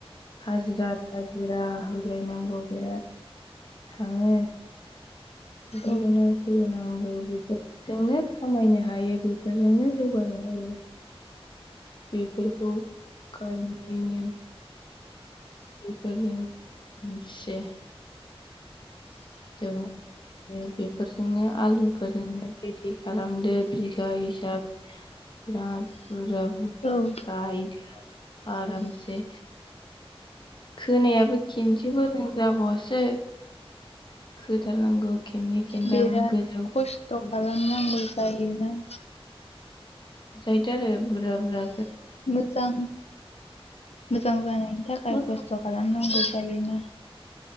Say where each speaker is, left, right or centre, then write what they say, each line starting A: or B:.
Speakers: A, on the left (about 50°); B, on the left (about 85°).
A: हाजिरा थाजिरा होलायनांगौ बिराद थाङो बेफोरखौनो
B: औ
A: होनांगौ बेफोरजोंनो खामायनो हायो बेफोरजोंनो जौगानो हायो। बेफोरखौ गायनानैनो बेफोरजों एसे जों बेफोरजोंनो आलुफोरजोंनो रेदि खालामदो बिगा हिसाब बिराद बुरजा बुरजा
B: औ
A: गायदो आरामसे खोनायाबो खनसेफोरजों जाबावासै । खोथारनांगौ खेनथाम
B: बिराद
A: गोजौ
B: खस्थ'
A: गोजौ
B: खालामनांगौ जायोना
A: जायोथ' आरो बुरजा बुरा
B: मोजां मोजां जानायनि थाखाय
A: मोजां
B: खस्थ' खालामनांगौ जायोना